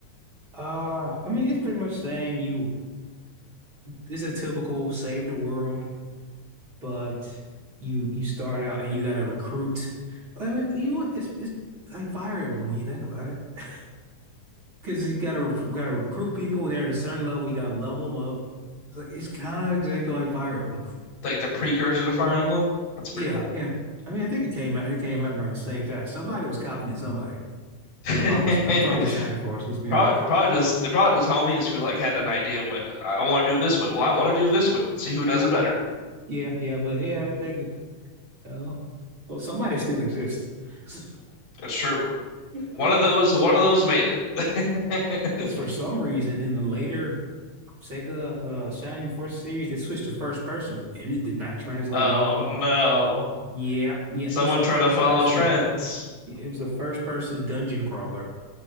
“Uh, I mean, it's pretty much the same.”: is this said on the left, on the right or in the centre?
Right